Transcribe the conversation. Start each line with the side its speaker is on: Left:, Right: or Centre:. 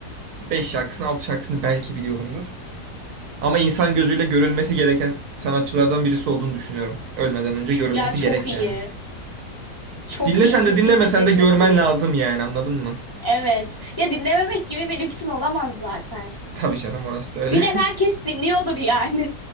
Right: 5 şarkısını 6 şarkısını belki biliyorumdur. Ama insan gözüyle görülmesi gereken sanatçılardan birisi olduğunu düşünüyorum. Ölmeden önce görülmesi
Left: Ya çok
Right: gerek
Left: iyi.
Right: yani.
Left: Çok
Right: Dinlesen
Left: iyi, kesinlikle
Right: de dinlemesen de
Left: çok
Right: görmen
Left: iyi.
Right: lazım yani anladın mı?
Left: Evet. Ya dinlememek gibi bir lüksün olamaz zaten.
Right: Tabii canım orası da öyle.
Left: Bilen herkes dinliyordur yani.